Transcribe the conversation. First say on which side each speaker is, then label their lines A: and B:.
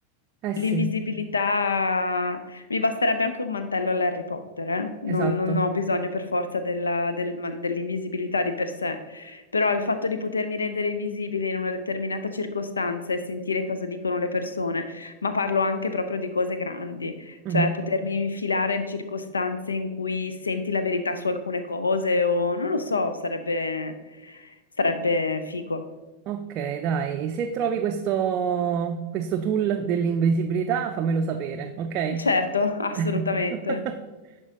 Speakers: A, on the right (about 35°); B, on the left (about 75°).
A: eh sì,
B: L'invisibilità, mi basterebbe anche un mantello all'Harry Potter, eh? Non,
A: esatto.
B: non ho bisogno per forza della- del man- dell'invisibilità di per sé, però il fatto di potermi rendere invisibile in una determinata circostanza e sentire cosa dicono le persone, ma parlo anche proprio di cose grandi,
A: Mhm.
B: cioè potermi infilare in circostanze in cui senti la verità su alcune cose o non lo so, sarebbe, sarebbe figo.
A: Ok, dai, se trovi questo, questo tool dell'invisibilità, fammelo sapere, ok?
B: Certo, assolutamente.
A: <laughs>